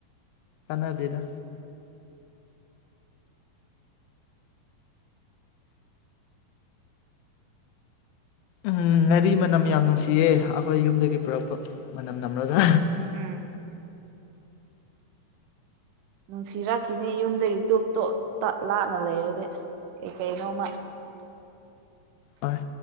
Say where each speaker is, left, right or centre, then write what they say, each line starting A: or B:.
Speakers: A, on the left; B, on the right.
A: ꯀꯥꯅꯗꯦꯗ ꯎꯝ ꯉꯥꯔꯤ ꯃꯅꯝ ꯌꯥꯝ ꯅꯨꯡꯁꯤꯌꯦ ꯑꯩꯈꯣꯏ ꯌꯨꯝꯗꯒꯤ ꯄꯨꯔꯛꯄ ꯃꯅꯝ ꯅꯝꯔꯒ
B: ꯎꯝ ꯅꯨꯡꯁꯤꯔꯛꯈꯤꯅꯤ ꯌꯨꯝꯗꯒꯤ ꯇꯣꯞ ꯇꯣꯞ ꯇꯠ ꯂꯥꯞꯅ ꯂꯩꯔꯗꯤ ꯀꯩꯀꯩꯅꯣꯃ
A: ꯑꯥꯢ